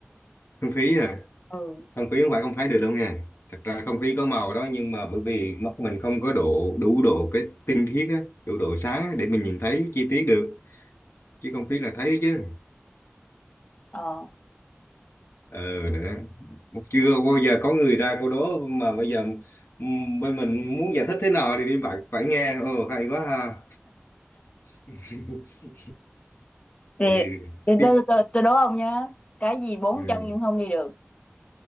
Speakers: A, on the left; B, on the left.
A: không khí à
B: ừ
A: không khí không phải không thấy được đâu nha thật ra không khí có màu đó nhưng mà bởi vì mắt mình không có độ đủ độ cái tinh khiết á đủ độ sáng á, để mình nhìn thấy chi tiết được chứ không khí là thấy chứ
B: ờ
A: ờ nữa chưa bao giờ có người ra cô đố mà bây giờ ừm, bên mình muốn giải thích thế nào thì bạn phải nghe ồ hay quá ha <laughs>
B: thì,
A: ừ.
B: thì
A: tiếp
B: tôi, tôi, tôi đố ông nhá cái gì bốn
A: ừ.
B: chân nhưng không đi được